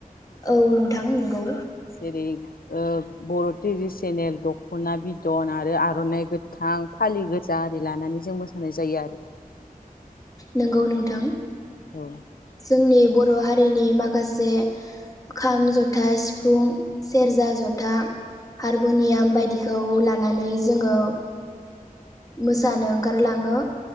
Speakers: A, on the left (about 25°); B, on the left (about 80°).
A: औ नोंथां नंगौ
B: जेरै ओ बर' ट्रेडिसिनेल दख'ना बिदन आरो आर'नाइ गोथां फालि गोजा आरि लानानै जों मोसानाय जायो आरो
A: नंगौ नोंथां
B: औ
A: जोंनि ब र' हारिनि माखासे खाम जथा सि फुं सेरजा जथा हारमुनियाम बायदिखौ लानानै जोङो मोसानो ओंखारलाङो